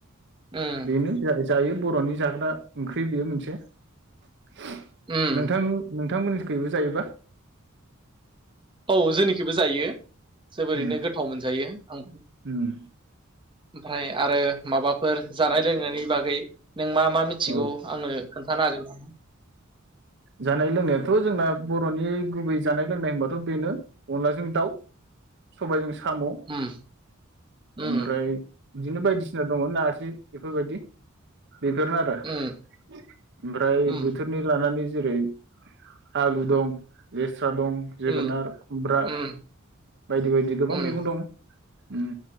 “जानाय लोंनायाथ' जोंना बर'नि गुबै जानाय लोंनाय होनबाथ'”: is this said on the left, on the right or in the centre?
Right